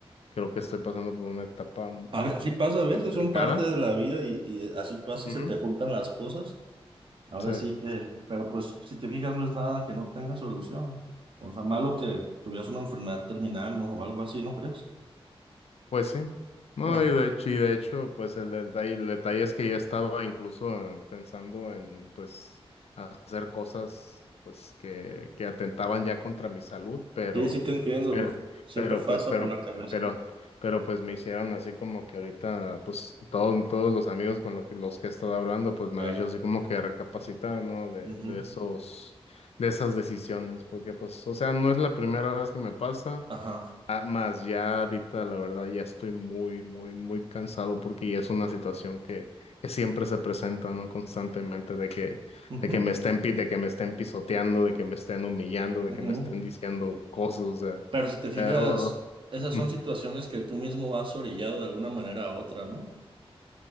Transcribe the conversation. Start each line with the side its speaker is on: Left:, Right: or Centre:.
Left: creo que estoy pasando por una etapa
Right: A ve- Así pasa a veces,
Left: complicada.
Right: son parte de la vida y, y eh, así pasa,
Left: Ujú.
Right: se te juntan las cosas. Ahora
Left: Sí.
Right: sí que, pero pues si te fijas no es nada que no tenga solución. O sea, malo que tuvieras una enfermedad terminal, ¿no? O algo así, ¿no crees?
Left: Pues sí. No,
Right: <laughs>
Left: y de hecho, y de hecho, pues el detalle, el detalle es que ya estaba incluso eh, pensando en, pues, hacer cosas, pues, que, que atentaban ya contra mi salud, pero,
Right: Sí, sí te entiendo.
Left: pero,
Right: Siempre
Left: pero,
Right: pasa
Left: pues, pero,
Right: por la cabeza.
Left: pero, pero, pues, me hicieron así como que ahorita, pues, todos, todos los amigos con los que, los que he estado hablando, pues, me
Right: Claro.
Left: han dicho así como que recapacitar, ¿no? De,
Right: Ujú.
Left: de esos, de esas decisiones, porque, pues, o sea, no es la primera vez que me pasa.
Right: Ajá.
Left: Ah, más ya ahorita, la verdad, ya estoy muy, muy, muy cansado porque ya es una situación que, que siempre se presenta, ¿no? Constantemente de que,
Right: Ujú.
Left: de que me estén, pi- de que me estén pisoteando, de que me estén humillando, de
Right: Ujú.
Left: que me estén diciendo cosas, o sea,
Right: Pero si te fijas,
Left: eh, o- o-
Right: esas
Left: mm,
Right: son situaciones que tú mismo has orillado de alguna manera a otra, ¿no?